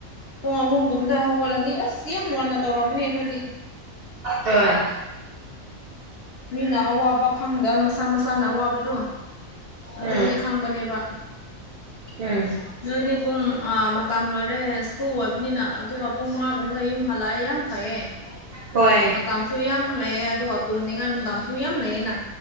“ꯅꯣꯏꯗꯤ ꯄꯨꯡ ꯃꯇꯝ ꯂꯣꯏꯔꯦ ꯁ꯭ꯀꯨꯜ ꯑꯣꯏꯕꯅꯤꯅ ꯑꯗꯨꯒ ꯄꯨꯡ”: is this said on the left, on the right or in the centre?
Left